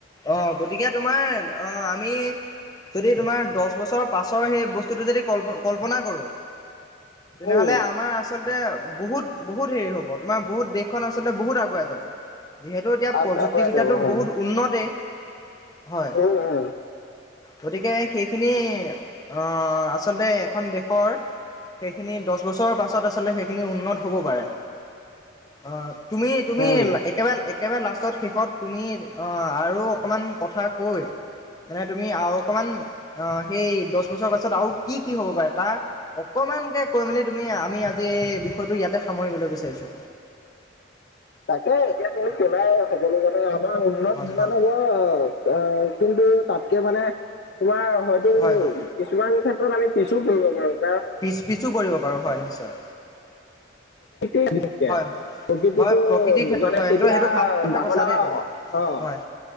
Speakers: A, on the left; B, on the left.
A: অ গতিকে তোমাৰ অ আমি যদি তোমাৰ দহ বছৰত। পাছৰ সেই বস্তুটো যদি কল্প কল্পনা কৰোঁ তেনেহ'লে
B: উম
A: আমাৰ আচলতে। বহুত বহুত হেৰি হব তোমাৰ বহুত দেশখন আচলতে বহুত আগুৱাই যাব। যিহেতু এতিয়া
B: আগ
A: প্ৰযুক্তিবিদ্যাটো
B: আগুৱাই যাব হয়।
A: বহুত উন্নতেই হয়।
B: উম উম।
A: গতিকে সেইখিনি আহ আচলতে এখন দেশৰ। সেইখিনি দহ বছৰৰ পাছত আচলতে সেইখিনি উন্নত হ'ব পাৰে। অ তুমি তুমি
B: উম
A: একেবাৰে। একেবাৰে লাষ্টত শেষত তুমি অ আৰু অকমান কথা কৈ। মানে তুমি আৰু অকমান অ সেই দহ বছৰ পাছত আৰু কি কি হ'ব পাৰা তাৰ। অকমানকে কৈ মেলি তুমি আমি আজি এই বিষয়টো ইয়াতে সামৰিবলৈ বিচাৰিছো।
B: তাকে এতিয়া তুমি শোনাই সকলো কথা আমাৰ উন্নত
A: হয়
B: যিমান
A: হয়
B: হ'ব। অ অ কিন্তু তাতকে মানে তোমাৰ হয়তো।
A: হয় হয়
B: কিছুমান ক্ষেত্ৰত আমি পিছো পৰিব পাৰোঁ।
A: পিচ পিছো পৰিব পাৰোঁ হয় নিশ্চয়।
B: <unintelligible>
A: হয় হয়
B: প্ৰকৃতিটো
A: হয় প্ৰকৃতিৰ ক্ষেত্ৰত
B: মানে
A: হয়
B: তেতিয়া
A: সেইটো সেইটো ভাল কথা
B: ডাঙৰ
A: কৈছা
B: ডাঙৰ
A: দেই তুমি
B: অহ।
A: হয়